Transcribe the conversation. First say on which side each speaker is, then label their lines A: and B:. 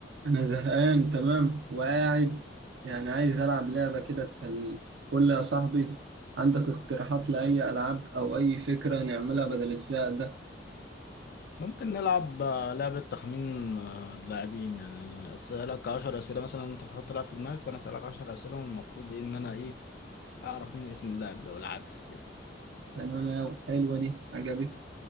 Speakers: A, on the right; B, on the left.
A: أنا زهقان تمام وقاعد يعني عايز ألعب لعبة كده تسليني قول لي يا صاحبي عندك اقتراحات لأي ألعاب أو أي فكرة نعملها بدل الزهق ده
B: ممكن نلعب آه، لعبة تخمين آه، اللاعبين يعني أسألك عشر أسئلة مثلا أنت تحط لاعب في دماغك وأنا أسألك عشر أسئلة والمفروض إيه إن أنا إيه أعرف مين اسم اللاعب ده والعكس كده
A: تمام يا حلوة دي عجبتني